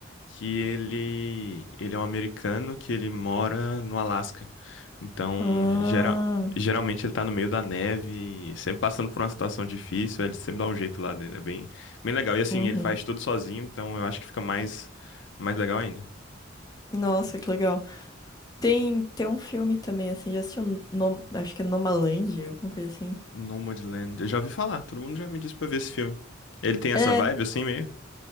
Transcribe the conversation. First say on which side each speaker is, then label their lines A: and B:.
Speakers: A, on the left; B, on the left.
A: que ele ele é um americano que ele mora no Alasca. Então,
B: ah.
A: geral, geralmente ele tá no meio da neve, sempre passando por uma situação difícil, ele sempre dá um jeito lá dele, é bem bem legal. E assim,
B: Uhum.
A: ele faz tudo sozinho, então eu acho que fica mais mais legal ainda.
B: Nossa, que legal. Tem, tem um filme também, assim, já assistiu, Nom- acho que é nomalândia alguma coisa assim.
A: Nomadland, eu já ouvi falar, todo mundo já me disse pra ver esse filme. Ele tem essa
B: É,
A: vibe assim meio?